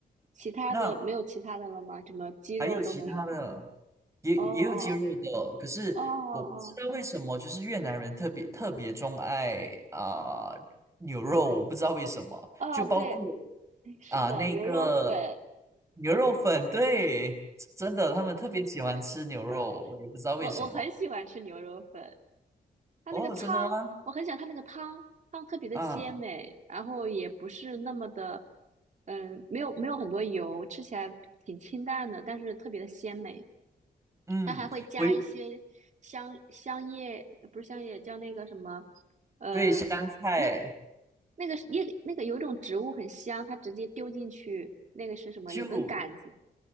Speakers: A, on the right; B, on the right.
A: 其他的没有其他的了吗？
B: 那
A: 什么鸡肉都没有？
B: 还有其他的，也也有鸡肉的，
A: 哦哦
B: 可是我不知道为什么，
A: 哦哦哦
B: 就是越南人特别特别钟爱啊、牛肉，我不知道为什么，
A: 哦，
B: 就包括
A: 哦！对，是的，
B: 啊、那个
A: 牛肉粉，
B: 牛肉粉，对，真的他们特别喜欢吃牛肉，我也不知道为什么。
A: <laughs> 我我很喜欢吃牛肉粉，它那个汤，
B: 哦，真的吗？
A: 我很喜欢它那个汤，汤特别的鲜美，
B: 啊，
A: 然后也不是那么的，嗯，没有没有很多油，吃起来挺清淡的，但是特别的鲜美。
B: 嗯，
A: 它还会加一些香香叶，
B: 我
A: 不是香叶，叫那个什么，呃，
B: 对香菜
A: 那那个是叶，那个有一种植物很香，它直接丢进去，那个是什么？
B: 就
A: 有根杆子，